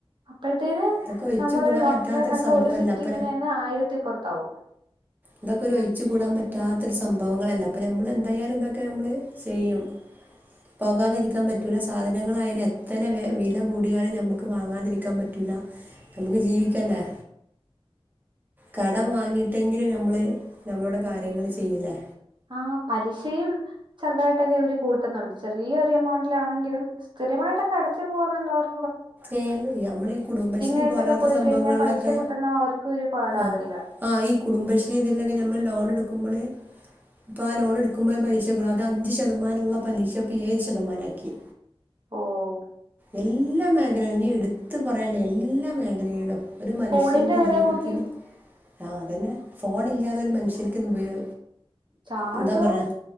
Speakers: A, on the right; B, on the right.
A: അപ്പോഴത്തേന്
B: ഇതൊക്കെ ഒഴിച്ചു
A: നമ്മളൊരു
B: കൂടാൻ
A: ഡോക്ടറിനെ
B: പറ്റാത്തൊരു
A: കണ്ട
B: സംഭവല്ല
A: ഒരു സിറ്റിങ്ങിന്
B: അപ്പൊ
A: അന്നെ ആയിരത്തിപ്പൊറത്താവും
B: ഇതൊക്കെ ഒരു ഒഴിച്ചു കൂടാൻ പറ്റാതൊരു സംഭവങ്ങളല്ല അപ്പൊ ഞമ്മൾ എന്തായാലും ഇതൊക്കെ നമ്മള് ചെയ്യും പോകാതിരിക്കാൻ പറ്റൂല സാധനങ്ങളിയാലും എത്തന വില കൂടിയാലും ഞമ്മക്ക് വാങ്ങാതിരിക്കാൻ പറ്റൂല നമ്മുക്ക് ജീവിക്കണ്ടേ കടം വാങ്ങിട്ടെങ്കിലും ഞമ്മള് ഞമ്മടെ കാര്യങ്ങള് ചെയ്യില്ലേ
A: ആഹ് പലിശയും ചെറുതായിട്ടൊക്കെ ഇവരു കൂട്ടുന്നുണ്ട് ചെറിയ ഒരു എമൗണ്ടിലാണെങ്കിലും സ്ഥിരമായിട്ടൊക്കെ അടച്ചു പോവാനുള്ളവർ
B: ഏയ്യ് നമ്മളീ കുടുംബശ്രീ
A: ആയിട്ടൊക്കെ
B: പോരാത്ത
A: പോയി
B: സംഭവങ്ങളിലൊക്കെ
A: കഴിഞ്ഞാൽ പലിശ കൂട്ടുന്ന അവർക്ക് ഒരു പാടാ
B: ആഹ്
A: അതെല്ലാം
B: ആഹ് ഈ കുടുംബശ്രീ ഇതിലൊക്കെ നമ്മൾ ലോൺ എടുക്കുമ്പള് ഇപ്പ ആ ലോണെടുക്കുമ്പ പലിശ കൂടും അഞ്ച് ശതമാനള്ള പലിശ ഇപ്പ ഏഴ് ശതമാനാക്കി
A: ഓഹ്
B: എല്ലാ മേഖലക ഇനി എടുത്ത് പറയാല്ലാ എല്ലാ മേഖലടും ഒരു മനുഷ്യന്റെ
A: ഫോണിന്റെ വില
B: ജീവിതത്തിന്
A: കൂട്ടി
B: ആഹ് അതന്നെ ഫോൺ ഇല്ലാതൊരു മനുഷ്യക്ക്ന്ന് ഉപയോ
A: ചാർജോ
B: എന്താ പറയാ